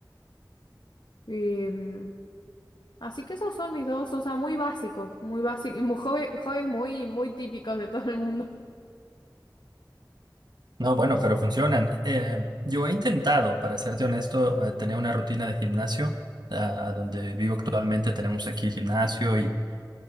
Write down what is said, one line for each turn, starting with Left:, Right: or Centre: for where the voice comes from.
Left: Em, así que esos son mis dos, o sea, muy básicos, muy básicos, hobbies <laughs> muy, muy típicos de todo el mundo.
Right: No, bueno, pero funcionan. Eh, yo he intentado, para serte honesto, eh, tener una rutina de gimnasio. ah, donde vivo actualmente tenemos aquí gimnasio y...